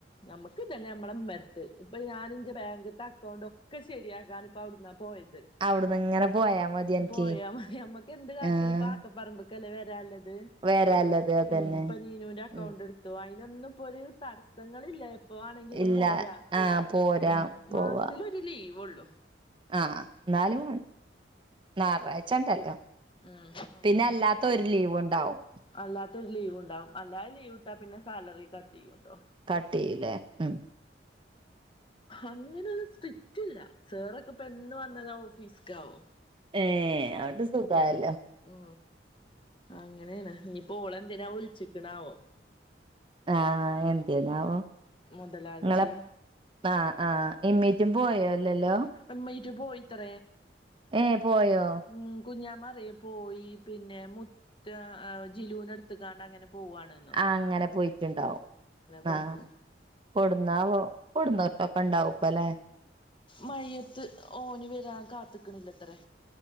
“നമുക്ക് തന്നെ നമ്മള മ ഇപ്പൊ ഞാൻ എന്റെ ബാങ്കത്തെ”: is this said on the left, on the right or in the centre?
Left